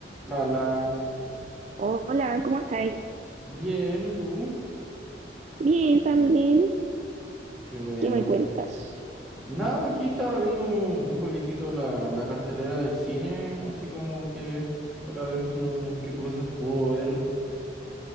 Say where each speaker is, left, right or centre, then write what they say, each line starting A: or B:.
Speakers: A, in the centre; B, on the right.
A: La, la,
B: Hola, ¿cómo estáis?
A: bien, ¿y tú?
B: Bien, también.
A: Qué bueno.
B: ¿Qué me cuentas?
A: Nada, aquí estaba viendo un poquitito la, la cartelera del cine, así como que para ver como qué cosas puedo ver.